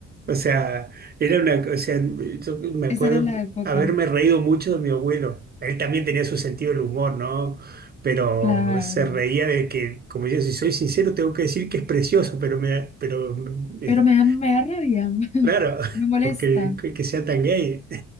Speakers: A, on the right; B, on the left.
A: O sea, era una, o sea, yo me
B: Esa
A: acuerdo
B: era la época,
A: haberme reído mucho de mi abuelo. Él también tenía su sentido del humor, ¿no? Pero
B: claro.
A: se reía de que, como yo, si soy sincero, tengo que decir que es precioso, pero me, pero eh,
B: Pero me da, me da rabia, <laughs>
A: claro,
B: me
A: <laughs>
B: molesta.
A: porque que que sea tan gay.